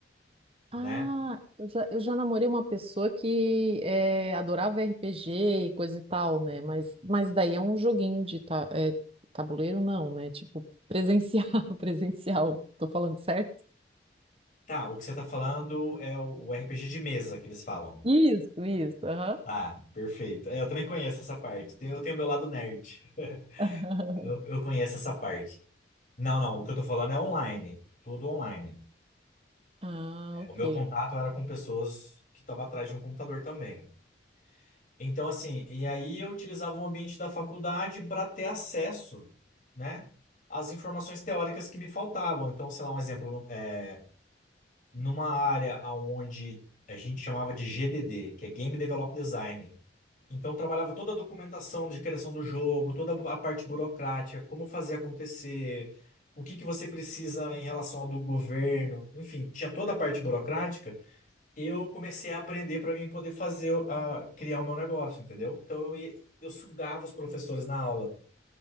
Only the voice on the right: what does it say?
Ah,
eu já, eu já namorei uma pessoa que eh, adorava RPG e coisa e tal, né? Mas, mas daí é um joguinho de ta, eh, tabuleiro, não, né? Tipo, presencial, <laughs> presencial. Tô falando certo?
Isso, isso, aham.
<laughs>
Ah,
ok.